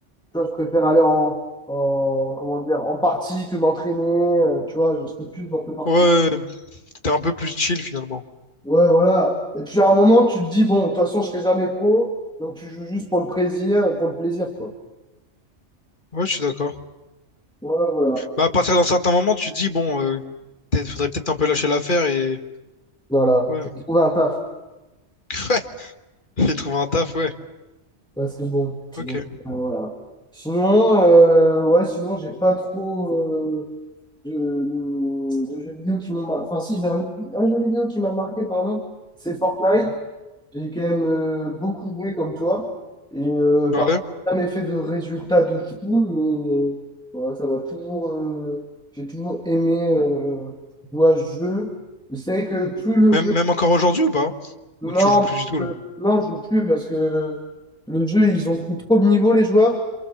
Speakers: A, in the centre; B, on the left.
A: tu vois, je préfère aller en, en, comment dire, en partie que m'entraîner. euh, tu vois, genre, c'était plus dans le parti.
B: Ouais. T'es un peu plus chill finalement.
A: Ouais, voilà. Et puis à un moment, tu te dis, bon, de toute façon, je serai jamais pro. Donc tu joues juste pour le plaisir, pour le plaisir, quoi.
B: Ouais, je suis d'accord.
A: Voilà, voilà.
B: Bah, à partir d'un certain moment, tu te dis, bon, euh, peut-être- faudrait peut-être un peu lâcher l'affaire et.
A: Voilà.
B: Ouais.
A: J'ai trouvé un taf.
B: <laughs> Ouais. Et trouver un taf, ouais.
A: Là, c'est bon.
B: Ok.
A: Donc, euh, voilà. Sinon, euh, ouais, sinon, j'ai pas trop euh, de, de jeux vidéo qui m'ont marqué Enfin, si, j'ai un, un jeu vidéo qui m'a marqué, pardon. C'est Fortnite.
B: Mhm.
A: J'ai quand même euh, beaucoup joué comme toi. Et euh, par
B: Ouais.
A: contre, j'ai jamais fait de résultats de fou, mais euh, voilà, ça va toujours. euh, j'ai toujours aimé euh, jouer à ce jeu. Je sais que plus le
B: Même,
A: jeu.
B: même encore aujourd'hui ou pas?
A: Non,
B: Ou tu joues plus
A: parce
B: du tout
A: que-
B: là?
A: non, je joue plus parce que euh, le jeu, ils ont pris trop de niveau, les joueurs.